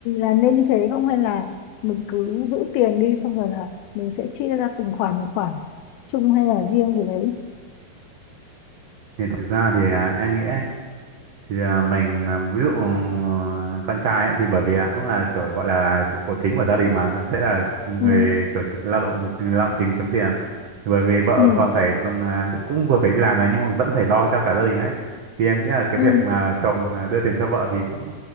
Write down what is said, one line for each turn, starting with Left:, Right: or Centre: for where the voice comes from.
Left: là nên như thế không hay là mình cứ giữ tiền đi xong rồi là mình sẽ chia ra từng khoản từng khoản chung hay là riêng gì đấy
Right: thì thực ra thì à, em nghĩ thì à, mình à, ví dụ à, con trai ấy, thì bởi vì à, cũng là kiểu gọi là trụ cột chính của gia đình mà sẽ là người
Left: ừ
Right: kiểu trụ- lao động lao động chính kiếm tiền thì bởi vì vợ
Left: ừ
Right: còn phải là- à, cũng vừa phải đi làm này nhưng mà vẫn phải lo cho cả gia đình ấy thì em nghĩ là cái
Left: ừ
Right: việc mà chồng à, đưa tiền cho vợ thì cũng